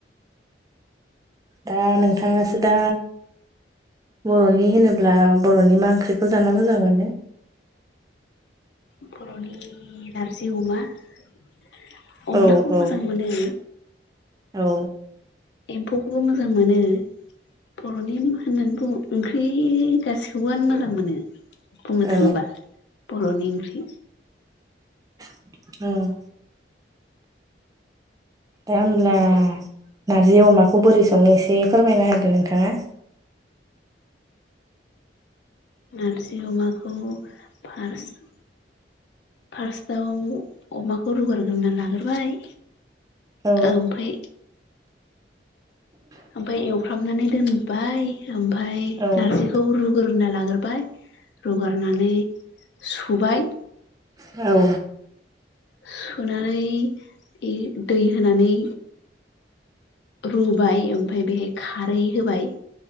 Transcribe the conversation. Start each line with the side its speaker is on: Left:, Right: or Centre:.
Right: दा नोंथाङासो दा बर'नि होनोब्ला बर'नि मा ओंख्रिखौ जाना मोजां मोनो
Left: बर'नि नारजिं अमा अनलाखौबो
Right: औ औ
Left: मोजां मोनो
Right: औ
Left: एम्फौखौबो मोजां मोनो बर'नि होननानै बुङो ओंख्रि गासैखौबो आनो मोजां मोनो बुंनो
Right: औ
Left: थाङोबा बर'नि ओंख्रि
Right: औ दा होनब्ला नारजि अमाखौ बोरै सङो एसे फोरमायना होदो नोंथाङा
Left: नारजि अमाखौ फार्स्ट फार्स्टआव अमाखौ रुगारग्रोनानै लाग्रोबाय
Right: औ
Left: ओमफ्राय ओमफाय एवफ्रामनानै दोनबाय ओमफ्राय
Right: औ
Left: नारजिखौ रु ग्रोना लाग्रोबाय रुगारनानै सुबाय
Right: औ
Left: सुनानै दै होनानै रुबाय ओमफ्राय बेहाय खारै होबाय।